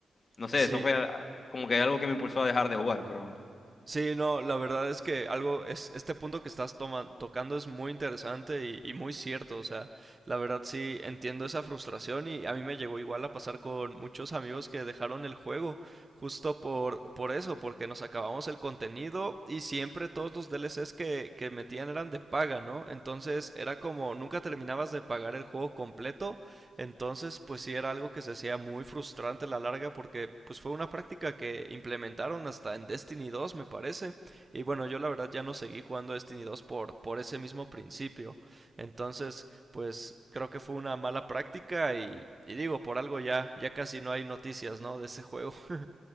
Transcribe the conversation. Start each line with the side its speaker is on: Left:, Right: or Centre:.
Left: No sé,
Right: Sí,
Left: eso fue ah, como que algo que me impulsó a dejar de jugar, pero
Right: Sí, no, la verdad es que algo, es, este punto que estás toma- tocando es muy interesante y, y muy cierto, o sea, la verdad sí entiendo esa frustración y a mí me llegó igual a pasar con muchos amigos que dejaron el juego justo por, por eso, porque nos acabamos el contenido y siempre todos los DLCs que, que metían eran de paga, ¿no? Entonces era como nunca terminabas de pagar el juego completo entonces, pues sí era algo que se hacía muy frustrante a la larga porque pues fue una práctica que implementaron hasta en Destiny 2, me parece. Y bueno, yo la verdad ya no seguí jugando Destiny 2 por por ese mismo principio. Entonces, pues creo que fue una mala práctica y y digo, por algo ya, ya casi no hay noticias, ¿no? De ese juego. <laughs>